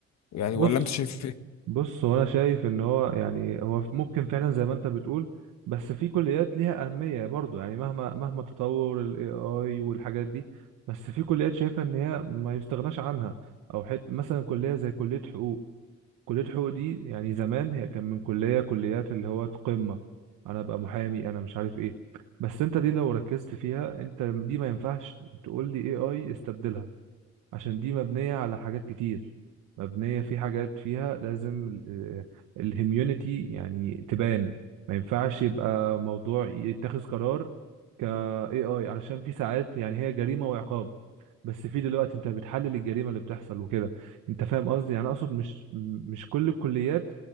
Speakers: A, on the left; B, on the right.
A: يعني
B: بص
A: ولا انت شايف ايه
B: بص هو انا شايف ان هو يعني هو ممكن فعلا زي ما انت بتقول بس في كليات ليها اهمية برضو يعني مهما مهما تطور الاي اي والحاجات دي بس في كليات شايفة ان هي ما يستغناش عنها او حت مثلا كلية زي كلية حقوق كلية حقوق دي يعني زمان هي كان من كلية كليات اللي هو قمة أنا أبقى محامي أنا مش عارف إيه بس أنت دي لو ركزت فيها أنت دي ما ينفعش تقول لي AI استبدلها عشان دي مبنية على حاجات كتير مبنية في حاجات فيها لازم الهيميونيتي يعني تبان ما ينفعش يبقى موضوع يتخذ قرار ك AI علشان في ساعات يعني هي جريمة وعقاب بس في دلوقتي انت بتحلل الجريمة اللي بتحصل وكده انت فاهم قصدي يعني اقصد مش مش كل الكليات